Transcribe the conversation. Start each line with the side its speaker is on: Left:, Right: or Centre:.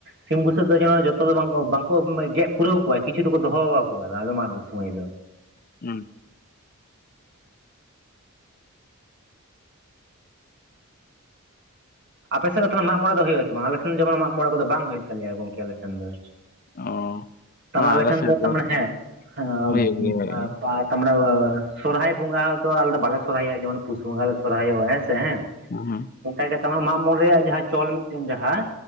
Right: ᱥᱤᱢ ᱵᱩᱥᱟᱹᱜ ᱫᱚ, ᱡᱮᱱᱚᱱ ᱡᱚᱛᱚ ᱫᱚ ᱵᱟᱝ, ᱵᱟᱝᱠᱚ ᱜᱮᱫ ᱯᱩᱨᱟᱹᱣ ᱠᱚᱣᱟ, ᱠᱤᱪᱷᱩ ᱫᱚᱠᱚ, ᱫᱚᱦᱚ ᱠᱟᱠᱚᱣᱟ, ᱟᱫᱚᱢ ᱟᱫᱚᱢ ᱾ ᱥᱚᱢᱚᱭ ᱫᱚ
Left: ᱦᱩᱸ <unintelligible>
Right: ᱟᱯᱮ ᱥᱮᱫ ᱫᱚ ᱛᱟᱞᱟᱝ, ᱢᱟᱜ ᱢᱚᱬᱮ ᱫᱚ, ᱦᱩᱭᱩᱜ ᱟᱥᱮ ᱵᱟᱝ, ᱟᱞᱮ ᱥᱮᱱ ᱡᱚᱮᱢᱚᱱ ᱢᱟᱜ ᱢᱚᱬᱮ ᱠᱚᱫᱚ ᱵᱟᱝ ᱦᱩᱭᱩᱜᱼᱟ, ᱛᱟᱞᱮᱭᱟ ᱜᱚᱝᱠᱮ ᱟᱞᱮ ᱥᱮᱱ ᱫᱚ‌
Left: ᱚ
Right: ᱾ ᱛᱟᱢᱟ
Left: ᱵᱟᱝ ᱟᱞᱮ
Right: ᱞᱮᱠᱷᱟᱱ
Left: ᱥᱮᱫ
Right: ᱫᱚ ᱢᱟᱱᱮ ᱦᱮᱸ, ᱚᱸᱻᱯᱟᱨᱴ
Left: ᱦᱩᱭᱩᱜ ᱜᱮᱭᱟ
Right: <unintelligible> ᱛᱟᱢᱲᱟ ᱣᱣᱟ, <unintelligible> ᱥᱚᱨᱦᱟᱭ ᱵᱚᱸᱜᱟ ᱫᱚ ᱟᱞᱮ ᱫᱚ ᱵᱟᱞᱮ ᱥᱚᱨᱦᱟᱭᱚᱜᱼᱟ, ᱡᱮᱢᱚᱱ ᱯᱩᱥ ᱵᱚᱸᱜᱟ ᱞᱮ, ᱥᱚᱨᱦᱟᱭᱚᱜᱼᱟ, ᱦᱮᱸ ᱥᱮ, ᱦᱮᱸ ᱾
Left: ᱦᱩᱸᱦᱩᱸ ᱾
Right: ᱚᱱᱠᱟ ᱜᱮ ᱛᱟᱱ ᱢᱟᱜ ᱢᱚᱬᱮ ᱨᱮᱭᱟᱜ ᱡᱟᱸᱦᱟᱸ ᱪᱚᱞ ᱢᱤᱫᱴᱮᱱ ᱡᱟᱸᱦᱟᱸ